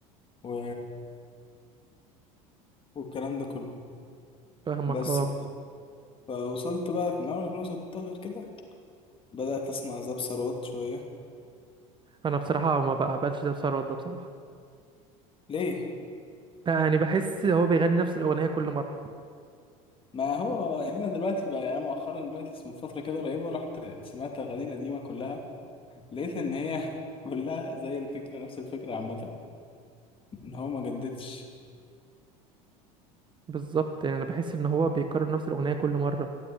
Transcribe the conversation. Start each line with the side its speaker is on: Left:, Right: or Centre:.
Left: و... والكلام ده كله
Right: فاهمك
Left: بس
Right: اه
Left: فوصلت بقى في من أول 2016 كده بدأت أسمع زاب ثروت شوية
Right: انا بصراحة ما بقبلش ده بثروت ده بصراحة
Left: ليه؟
Right: يعني بحس هو بيغني نفس الأغنية كل مرة
Left: ما هو يعني أنا دلوقتي بقى يعني أنا مؤخرا دلوقتي من فترة كده قريبة رحت سمعت أغاني القديمة كلها لقيت إن هي <laughs> كلها زي الفكرة نفس الفكرة عامة إن هو ما جددش
Right: بالظبط يعني انا بحس ان هو بيكرر نفس الأغنية كل مرة